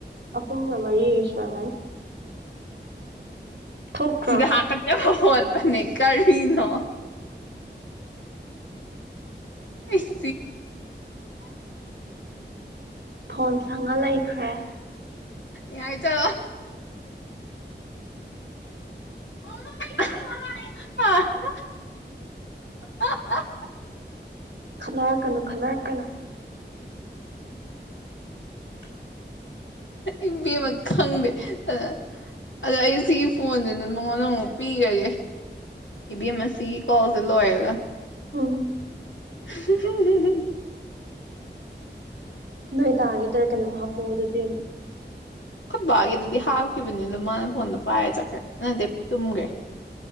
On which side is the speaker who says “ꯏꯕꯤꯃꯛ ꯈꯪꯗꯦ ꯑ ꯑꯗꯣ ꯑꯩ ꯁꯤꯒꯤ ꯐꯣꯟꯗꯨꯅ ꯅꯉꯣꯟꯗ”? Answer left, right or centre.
Left